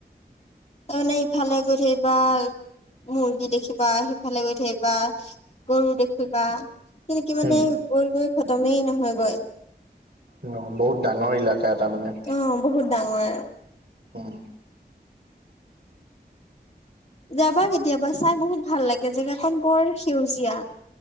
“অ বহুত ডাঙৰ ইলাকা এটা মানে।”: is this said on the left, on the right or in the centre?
Right